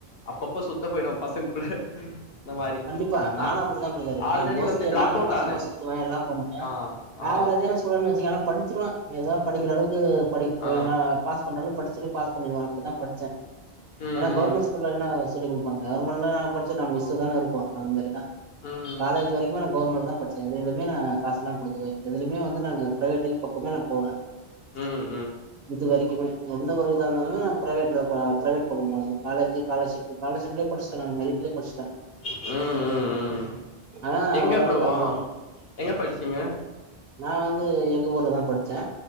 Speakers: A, on the left (about 70°); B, on the right (about 70°).
A: அப்பப்போ சுத்த போய்டு பசங் கூட இந்த மாரி
B: கண்டிப்பா
A: நா
B: நானு அப்படிதா ப்ரதர் இருப்பே
A: ஆல்ரெடி
B: மோஸ்லி
A: வந்து ட்ராப்
B: நானு
A: அவுட்
B: பசங்களோட
A: ஆனே
B: சுத்துவே எல்லாம் பண்ணுவே
A: ஆ ஆ
B: ஆவரேஜா நஸ் கூடன்னு வச்சிங்க ஆனா படிச்சிருவே ஏதா படிக்கிற அளவுக்கு படிப்பு
A: ஆ
B: என்னா பாஸ் பன்றளவு படிச்சுரு பாஸ் பண்ணிருவே அப்டித்தா படிச்சே
A: ம்
B: ஏனா
A: ம்
B: கோர்மெண் ஸ்கூல்ல என்ன சொல்லி குடு பாங் கவ்ர்மெண்ல நா படிச்ச நா மிஸ்ஸுதான இருப்போ அதுமாரிதா
A: ம்
B: காலேஜு வரைக்கு நா கோர்மெண்ட் தா படிச்சே எதுலுமே நா காஸ்லா குடுக்கவே எதுலுமே வந்து நாங்க ப்ரைவேட்டை பக்கமே நா போல
A: ம்
B: இது வரைக்குமே எந்த ஒரு இதா இருந்தாலுமே நா ப்ரைவேட்ல வா பிரைவேட் பக்கோ நானு காலேஜி காலர்ஷிப்பு காலர்ஷிப்லே படிச்டே நானு மெரிட்ல படிச்டே
A: ம் ம் ம்
B: ஆனா
A: எங்க
B: ஓரளவுக்கு
A: ப்ரோ
B: அப்படி
A: ஆம் எங்க படிச்சீங்க
B: நா வந்து எங்க ஊர்ல தா படிச்சே